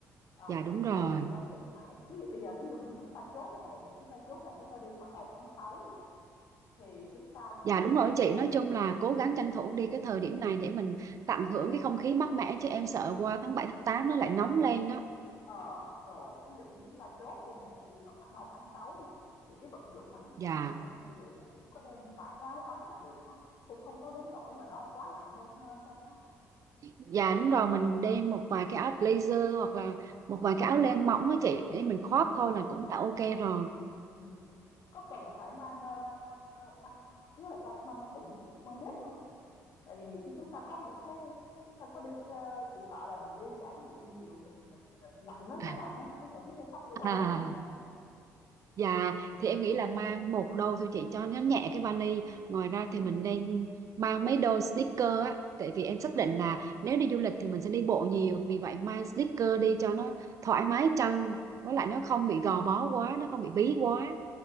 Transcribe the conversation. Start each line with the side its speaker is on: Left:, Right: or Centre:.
Left: Ờ,
Right: dạ đúng rồi.
Left: thời tiết ở Thượng Hải, thí dụ bây giờ thí dụ như chúng ta chốt ngày đi, chúng ta chốt ngày chúng ta đi khoảng đầu tháng 6 đi thì chúng ta
Right: Dạ
Left: sẽ
Right: đúng rồi chị, nói chung là cố gắng tranh thủ đi cái thời điểm này để mình tận hưởng cái không khí mát mẻ chứ em sợ
Left: Ừ,
Right: qua tháng
Left: ừ.
Right: bảy tháng tám nó lại nóng lên đó.
Left: Ờ, rồi, ví dụ như chúng ta chốt đi ngày đi vào khoảng đầu tháng 6 đi thì cái vật dụng mà chúng
Right: Dạ.
Left: ta cần mang thì nghĩ chắc cũng có đem một vài cái áo ấm là được ha. Cũng không có đến nỗi mà nó quá lạnh đâu ha Trâm ha.
Right: Dạ đúng rồi, mình đem một vài cái áo blazer hoặc là một vài cái áo len mỏng với chị để mình khoác
Left: ừ
Right: thôi
Left: ừ
Right: là cũng đã ok
Left: ừ
Right: rồi.
Left: Ừ. Có cần phải mang ờ, mang mang ờ, mang nghĩa là sao? Mang ủng không? Mang bút không? Tại vì nhiều khi chúng ta có những cái chúng ta có đi ờ, chỉ sợ là mình đi trải nghiệm nhiều mình mình lạnh nó
Right: <laughs>
Left: nó lạnh đó mà có cần thiết phải sắm cái
Right: À.
Left: đôi đó không?
Right: Dạ, thì em nghĩ là mang một đôi thôi chị cho nó nhẹ cái vali. Ngoài ra
Left: ừ
Right: thì mình nên mang mấy đôi sneaker á. Tại vì em xác
Left: ừ
Right: định là nếu đi du lịch thì mình sẽ đi bộ nhiều. Vì vậy mang sneaker đi cho nó thoải mái chân. Với lại nó không bị gò bó quá, nó không bị bí quá.